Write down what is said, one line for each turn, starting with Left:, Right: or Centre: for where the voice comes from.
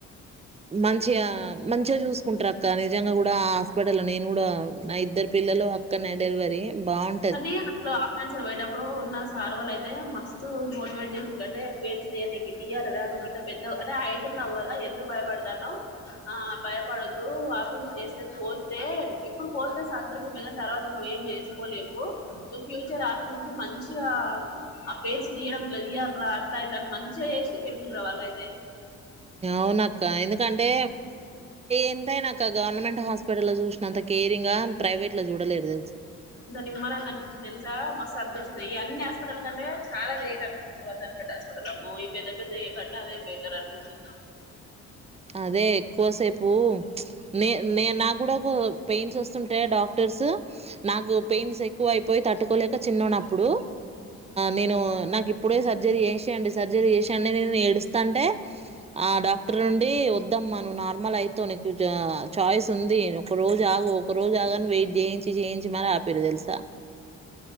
Right: మంచిగా మంచిగా చూస్కుంటారక్క నిజంగా గూడా ఆ హాస్పిటల్ల నేను గూడా నా ఇద్దరు పిల్లలు క్కన్నే డెల్వరీ బావుం
Left: కానీ అందులో <unintelligible> పోయేటప్పుడు ఉన్న సార్ వాళ్ళయితే మస్తుత్ మోటివేట్ చేసిళ్ళు అంటే పేన్స్ తీయనీకి తియ్యాలేరా నువ్వు గింత పెద్ద అంటే హైట్ ఉన్నావ్ గదా ఎందుకు భయవడతానవ్ ఆ బాయిపడద్దు ఆపరేషన్ చేస్తే కోత్తే ఇప్పుడు కోస్తే సంతోషమే గని తర్వాత నువ్వేం ఎం చేస్కోలేవు నువ్ ఫ్యూచర్ ఆలోచించి మంచిగా ఆ పేన్స్ దీయడం ఇట్ల దియ్యాల్ రా అట్ల ఇట్లని మంచిగా చేశి చెప్పిల్ర వాళ్ళయితే
Right: అవునక్క ఎందుకంటే ఎంతైనక్క గవర్నమెంట్ హాస్ప్ టల్ల చూశినంత కేరింగ్గ ప్రైవేట్ల జూడలేరు తెల్స్
Left: ఇంత నిమ్మలంగా అనిపించిందో తెల్సా మస్తానంపించింది ఇయాన్ని హాస్పిటల్కంటే చిన్న గడ్డని పెద్ద హాస్పటల్ల అమ్మా ఈ పెద్దగడ్డే అదే బెటర్ అనిపించింది
Right: అదే ఎక్కువ సేపు నే నే నాగ్గూడా ఒక పెయిన్స్ ఒస్తుంటే డాక్టర్స్స నాకు పెయిన్స్ ఎక్కువ అయిపోయి తట్టుకోలేక చిన్నన్నప్పుడు నేను నాకు ఇప్పుడే సర్జరీ చేస్ <unintelligible> సర్జరీ చేసి ఎడుస్తాంటే ఆ డాక్టర్ వద్దమ్మ నువ్వు నార్మల్ అయితవ్ <unintelligible> నీకు చాయిస్ ఉంది ఒక రోజు ఆగు ఒక రోజు ఆగాని వెయిట్ చేయిం చేయించి మరి ఆ పిరు తెలుసా